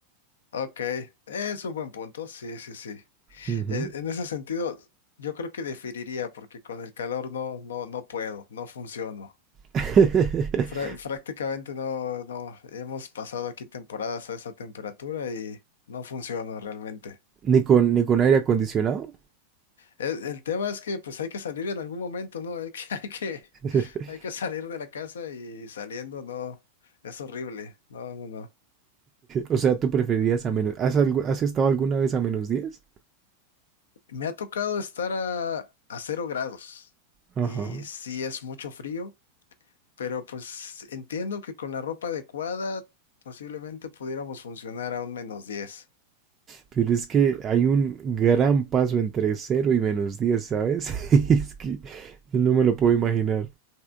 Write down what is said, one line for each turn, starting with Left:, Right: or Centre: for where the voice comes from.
Left: Ok, es un buen punto, sí, sí, sí.
Right: Ujú.
Left: Eh, En ese sentido, yo creo que diferiría, porque con el calor no, no, no puedo, no funciono.
Right: <laughs>
Left: Fra- prácticamente no, no, hemos pasado aquí temporadas a esa temperatura y no funciono realmente.
Right: Ni con, ni con aire acondicionado.
Left: El, el tema es que pues hay que salir en algún momento, ¿no? Hay que, <laughs> hay que,
Right: <laughs>
Left: hay que salir de la casa y saliendo, no, es horrible. No, no, no.
Right: O sea, tú preferirías a menos. ¿Has, algu- has estado alguna vez a menos diez
Left: Me ha tocado estar a, a cero grados
Right: Ajá.
Left: y sí es mucho frío Pero pues entiendo que con la ropa adecuada posiblemente pudiéramos funcionar a un menos diez
Right: Pero es que hay un gran paso entre cero y menos diez ¿sabes? <laughs> Es que no me lo puedo imaginar.